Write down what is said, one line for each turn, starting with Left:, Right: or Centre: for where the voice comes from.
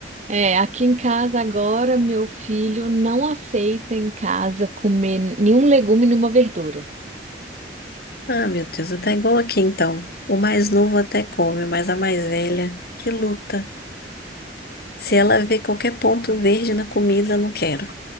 Right: É, aqui em casa agora, meu filho não aceita em casa comer nenhum legume, nenhuma verdura.
Left: Ah, meu Deus, tá igual aqui então. O mais novo até come, mas a mais velha, que luta. Se ela vê qualquer ponto verde na comida, não quero.